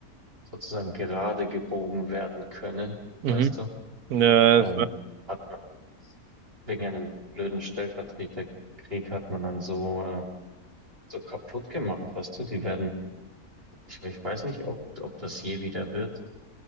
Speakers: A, on the right; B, on the right.
A: sozusagen gerade gebogen werden können,
B: Mhm.
A: weißt du,
B: Mhm. Ja,
A: ähm, hat man wegen einem blöden Stellvertreterkrieg hat man dann so, äh, so kaputt gemacht, weißt du, die werden, ich, ich weiß nicht, ob, ob das je wieder wird.